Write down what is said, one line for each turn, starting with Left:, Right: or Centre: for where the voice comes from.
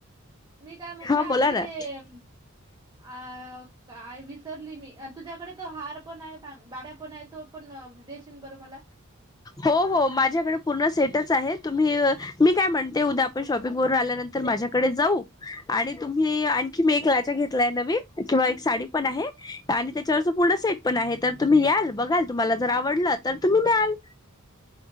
Right: मी काय म्हणता
Left: हा
Right: आणखी
Left: बोला ना
Right: ते अ, काय विसरली मी, तुझ्याकडे तो हार पण आहे, बागड्या पण आहे तो पण देशीन बरं मला.
Left: हो, हो, माझ्याकडे पूर्ण सेटच आहे, तुम्ही, मी काय म्हणते उद्या आपण शॉपिंग व आल्यानंतरऽऽ तर माझ्याकडे जाऊ,, आणि तुम्ही आणखी मी एक लाचा घेतऽ नवीन, किंवा एक साडी पण आहे, आणि त्याच्या पूर्ण सेटऽ पण आहे, तर तुम्ही याल, बघाल, तुम्हाला जर आवडलं तर तुम्ही न्याल.